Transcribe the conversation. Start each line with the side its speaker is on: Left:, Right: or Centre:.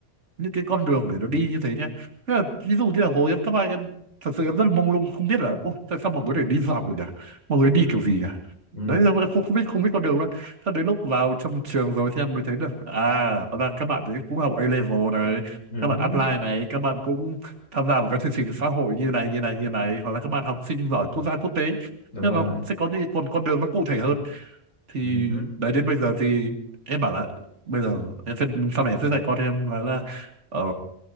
Right: những cái con đường để nó đi như thế nhá Thế là, ví dụ như là hồi em cấp hai em thật sự em rất mông lung không biết là ô tại sao mọi người để đi dọc được nhỉ mọi người đi
Left: ừ.
Right: kiểu gì nhỉ
Left: Ừ.
Right: đấy em không, không biết không biết con đường đâu thế đến lúc vào trong trường rồi thì em mới thấy được à hóa ra các bạn đấy cũng học A level này
Left: Ừ.
Right: các bạn apply này các bạn cũng tham gia vào các chương trình xã hội như này như này như này hoặc là các bạn học sinh giỏi quốc gia quốc tế
Left: đúng
Right: nên
Left: rồi
Right: nó sẽ có những con con đường nó cụ thể hơn thì
Left: ừ.
Right: đấy đến bây giờ thì em bảo là bây giờ em sẽ sau này em sẽ dạy con em là, là ờ,